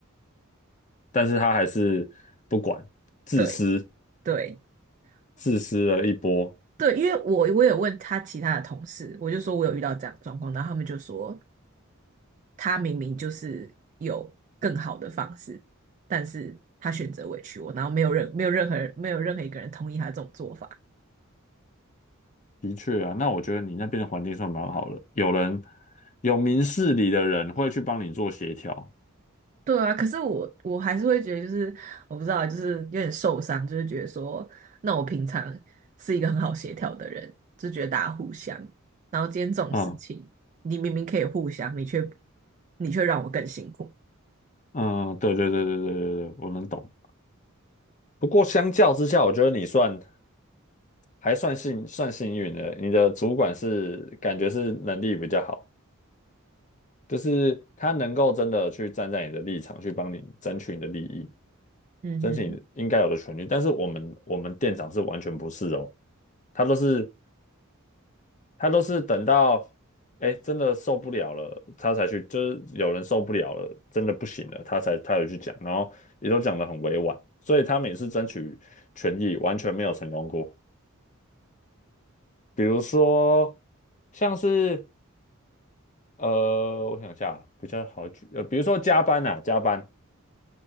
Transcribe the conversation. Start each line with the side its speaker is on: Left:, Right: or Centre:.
Left: 但是他还是不管，自私
Right: 对，对，
Left: 自私了一波。
Right: 对，因为我我有问他其他的同事，我就说我有遇到这样的状况，然后他们就说他明明就是有更好的方式，但是他选择委屈我，然后没有任没有任何人没有任何一个人同意他这种做法。
Left: 的确啊，那我觉得你那边的环境算蛮好的，有人有明事理的人会去帮你做协调。
Right: 对啊，可是我我还是会觉得，就是我不知道，就是有点受伤，就是觉得说，那我平常是一个很好协调的人，就觉得大家互相，然后今天这种事情，
Left: 嗯
Right: 你明明可以互相，你却你却让我更辛苦。
Left: 嗯，对对对对对对对，我能懂。不过相较之下，我觉得你算还算幸算幸运的，你的主管是感觉是能力比较好，就是他能够真的去站在你的立场去帮你争取你的利益，
Right: 嗯哼，
Left: 争取你应该有的权利。但是我们我们店长是完全不是哦，他都是他都是等到，哎，真的受不了了，他才去，就是有人受不了了，真的不行了，他才他有去讲，然后也都讲得很委婉，所以他每次争取权益完全没有成功过。比如说，像是呃，我想一下，比较好举，呃，比如说加班啊，加班，